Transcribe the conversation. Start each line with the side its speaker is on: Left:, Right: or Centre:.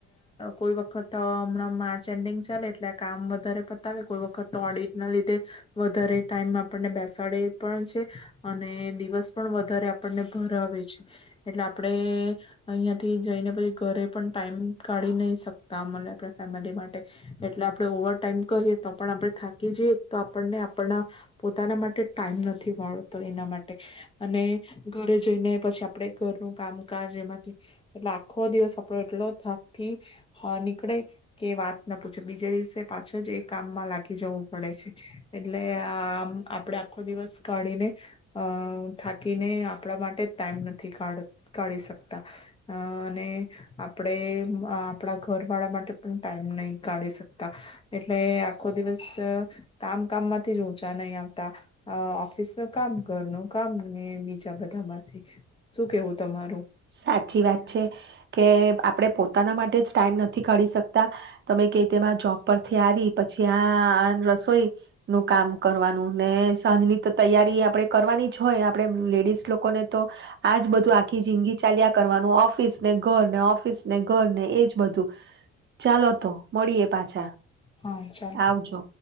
Left: કોઈ વખત હમણાં માર્ચ એન્ડિંગ ચાલે એટલે આ કામ વધારે પતાવે કોઈ વખત તો ઓડિટ ના લીધે, વધારે ટાઈમ આપણને બેસાડે પણ છે, અને દિવસ પણ વધારે આપણને ભરાવે છે. એટલે આપડે અહિયાં થી જઈને પછી ઘરે પણ ટાઈમ કાઢી નહી શકતામ આપ ફેમિલી માટે. એટલે આપણે ઓવર ટાઈમ કરીએ તો પણ આપણે થાકી જઈએ તો આપણને આપના, પોતાના માટે ટાઈમ નથી મળતો એના માટે, અને ઘરે જઈને પછી આપણે ઘરનું કામકાજ એમાંથી, એટ આખો દિવસ આપડો એટલો થાકતી નીકળે કે વાત ના પૂછ. બીજે દિવસે પાછા જ એ કામમાં લાગી જવું પડે છે, એટલે આમ આપણેે આખો દિવસ કાઢીને, અ થાકીને આપણા માટે જ ટાઈમ નથી કા કાઢી શકતા, અ અને આપણે આપણા ઘર વાળા માટે પણ ટાઈમ નહી કાઢી શકતા, એટલે આખો દિવસ કામ કામમાંથી જ ઊંચા નહી આવતા, ઓફિસ ન કામ ઘર ન કામ બીજા બધામાંથી શું કેવું તમારું.
Right: સાચી વાત છે, કે આપણે પોતાના માટે જ ટાઈમ નથી કાઢી શકતા, તમે કે તેમાં જોબ પરથી આવી પછી આ રસોઈ, નું કામ કરવાનું ને સાંજની તો તૈયારી આપણે કરવાની જ હોય આપડણે લેડીસ લોકોને તો, આજ બધું આખી જિંદગી ચાલ્યા કરવાનું ઓફિસ ને ઘર ને ઓફિસ ને ઘર ને એજ બધું, ચાલો તો. મળીએ પાછા.
Left: હા ચાલ.
Right: આવજો.